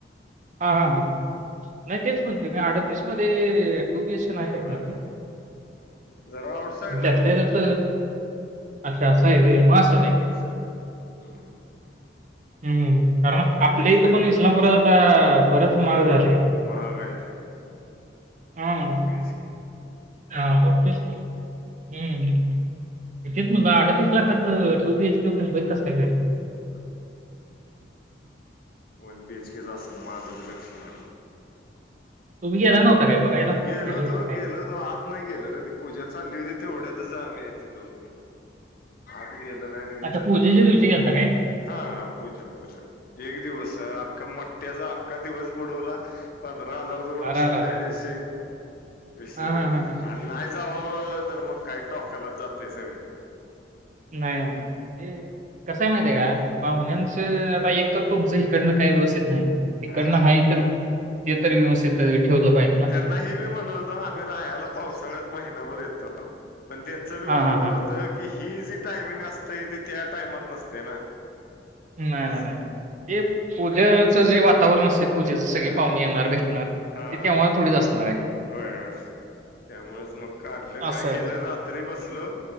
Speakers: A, on the right (about 45°); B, on the left (about 55°).
A: हा.. हा.. हां. नाही तेच म्हणतोय मी, अडतीस मध्ये टू. बी. एच. के. नाही भेटणार
B: होय
A: त्यात.
B: जरा आउटसाईडला
A: त्यातले
B: आहे ते
A: त्यात अच्छा, असं आहे होय. मग अस
B: आऊट साईडला. हम्म.
A: हम्म, कारण
B: नवीनच
A: आपले इथं
B: डेव्हलपमेंट
A: पण इस्लामपुरात
B: चाललंय
A: आता बरंच
B: होय
A: महाग
B: होय
A: झालंय.
B: होय महाग आहे
A: हा.
B: तेच की.
A: हा. <unintelligible> असतील. हम्म, तेच म्हणलं अडतीस लाखात फक्त टू बीएच के. मुंबईत कसं काय भेट
B: हा. One B. एच. के. असलं. माझ बी लक्ष नाही.
A: तुम्ही गेला नव्हता काय? बघायला? काय
B: गेलो
A: टूरिस्ट
B: होतो,
A: काय?
B: गेलो होतो. आत नाही गेलो रे, ती पूजा चालली होती. तेवढ्यातच आम्ही तिथं होतो. आत गेलो नाही आणि विचारलो
A: अच्छा पूजेच्या
B: पण नाही.
A: दिवशी गेलता काय?
B: हा पुजा पुजा. एक दिवस अख्खा मट्टयाचा अख्खा दिवस बुडवला पंधरा हजारचं नुकसान
A: आरआरआरआर.
B: त्या दिवशी. विषय
A: हां, हां,
B: म्हणजे.
A: हां, हां.
B: आणि नाही जावावं तर मग काही टोकालाच जातंय सगळं.
A: नाही, नाही, नाही. ते कसं आहे माहिती आहे का? पाहुण्यांच आता एक तर तुमचं इकडनं काही व्यवस्थित नाही. इकडनं
B: हा
A: आहे तर, ते तर व्यवस्थित ठेवलं पाहिजे ना.
B: नाही ह्ये बी म्हणतं होता, आम्ही राहायला पावसाळ्यात महिना भर येतो. पण त्यांच बी
A: हां,
B: बरोबर
A: हां, हां.
B: हो त, की ही जी टायमिंग असतंय, ती त्या टायमात नसतय ना.
A: नाही
B: असं
A: ना, नाही ना, हे पुजाच जे वातावरण असतंय पूजेच सगळी
B: हा
A: पाहुणे येणार, भेटणार.
B: हा
A: ते तेव्हा थोडीच असणार. आहे.
B: होय.. होय. त्यामुळेच मग काढलं काय
A: असं
B: केेलं
A: आहे.
B: रात्री बसलो